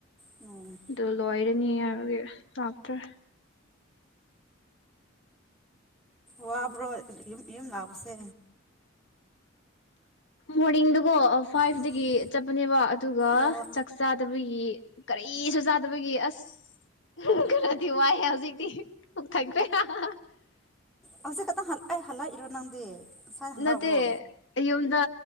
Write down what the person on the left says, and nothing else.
ꯑꯗꯨ ꯂꯣꯏꯔꯦ ꯅꯤ ꯍꯥꯢꯕꯒꯤ ꯂꯥꯛꯇꯔ꯭ꯦ
ꯃꯣꯔꯤꯟꯗꯨ ꯑꯣ ꯐꯥꯏꯚꯗꯒꯤ
ꯆꯠꯄꯅꯦꯕ ꯑꯗꯨꯒ
ꯆꯥꯛ ꯆꯥꯗꯕꯒꯤ ꯀꯔꯤꯁꯨ ꯆꯥꯗꯕꯒꯤ ꯑꯁ ꯈꯔꯗꯤ ꯋꯥꯏ ꯍꯦꯜ ꯍꯧꯖꯤꯛꯇꯤ ꯄꯨꯛ ꯊꯟꯀꯔꯦ ꯍꯥ ꯍꯥ
ꯅꯥꯇꯦ ꯑꯩ ꯌꯣꯝꯗ